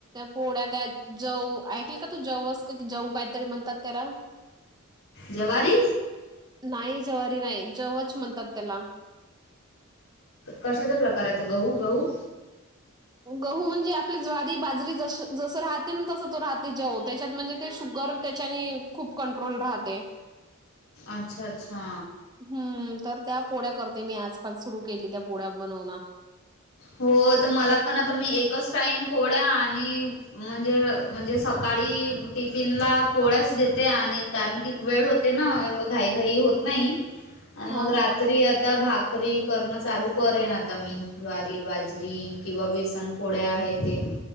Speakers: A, on the right; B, on the left.
A: पोळ्या त्या जऊ ऐकल का तू जवस का जऊ काहीतरी म्हणतात त्याला.
B: ज्वारी
A: नाही जवारी नाही. जवच म्हणतात त्याला.
B: कशाचा प्रकार आहे तो. गहू गहू
A: गहू म्हणजे आपली ज्वारी बाजरी ज जस राहते ना तस तो राहते तो जव. त्याच्यात म्हणजे ते शुगर तेच्यानी खूप कंट्रोल राहते.
B: अच्छा अच्छा.
A: हम्म! तर त्या पोड्या करते मी, आजकाल सुरू केली त्या पोड्या बनवण.
B: हो, तर मला पण आता मी एकच टाईम पोड्या आणि म्हणजे म्हणजे सकाळी टिफिनला पोळ्याच देते, आणि कारण की वेळ हो ते ना, एवढं घाई घाई होत नाही.
A: <inaudible>
B: मग रात्री
A: हा
B: आता, भाकरी करणं चालू करेन आता मी, वा बाजरी किंवा बेसन पोड्या आहे ते